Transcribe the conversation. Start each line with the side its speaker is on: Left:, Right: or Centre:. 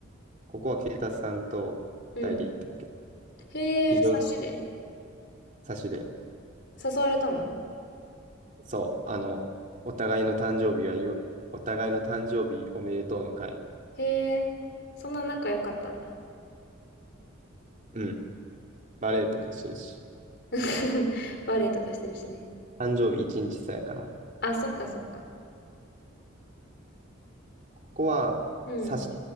Right: ここは警察さんと二人で行ってんけど、
Left: うん。へえ、
Right: 非常に
Left: 察しで
Right: 差しで、
Left: 誘われたの
Right: そう、あの、お互いの誕生日は言わ、お互いの誕生日おめでとうの会。
Left: へえ、そんな仲良かったんだ。
Right: うん。バレエとかしてるし、
Left: <laughs> バレエとかしてるしね。
Right: 誕生日一日差やから。
Left: あ、そっかそっか。
Right: ここは、
Left: うん。
Right: サシ、